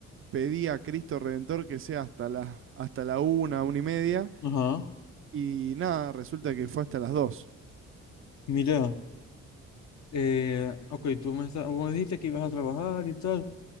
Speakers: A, on the right; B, on the left.
A: pedí a Cristo Redentor que sea hasta la, hasta la una una y media.
B: Ajá.
A: Y nada, resulta que fue hasta las dos
B: Mira, eh, ok, tú me, está- vos me dijiste que ibas a trabajar y tal.